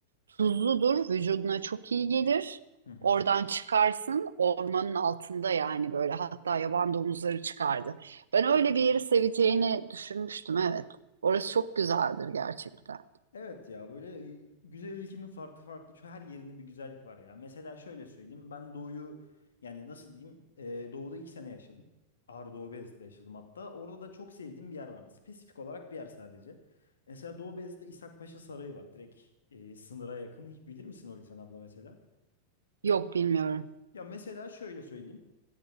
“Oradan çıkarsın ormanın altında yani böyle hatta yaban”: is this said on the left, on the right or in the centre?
Right